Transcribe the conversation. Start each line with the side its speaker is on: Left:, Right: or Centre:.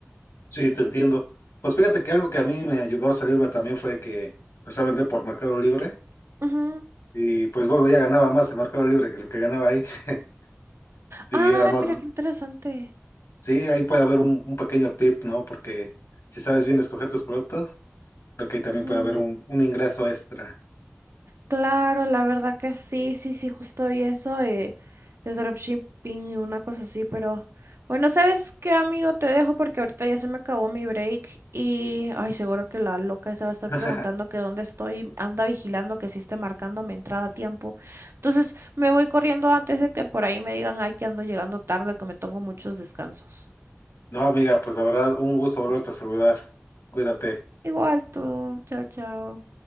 Left: sí, te entiendo. Pues fíjate que algo que a mí me ayudó a salirme también fue que empecé a vender por Mercado Libre
Right: Ujú.
Left: y pues luego ya ganaba más en Mercado Libre que lo que ganaba ahí. <laughs>
Right: Ay,
Left: Y era más,
Right: mira qué interesante.
Left: sí, ahí puede haber un, un pequeño tip, ¿no? Porque si sabes bien escoger tus productos, creo que ahí también
Right: Ujú.
Left: puede haber un, un ingreso extra.
Right: Claro, la verdad que sí, sí, sí, justo vi eso eh, de dropshipping y una cosa así, pero bueno, ¿sabes qué, amigo? Te dejo porque ahorita ya se me acabó mi break y ay, seguro que la loca esa va a estar
Left: <laughs>
Right: preguntando que dónde estoy, anda vigilando que sí esté marcando mi entrada a tiempo. Entonces, me voy corriendo antes de que por ahí me digan, ay, que ando llegando tarde, que me tengo muchos descansos.
Left: No, amiga, pues la verdad, un gusto volverte a saludar. Cuídate.
Right: Igual tú, chao, chao.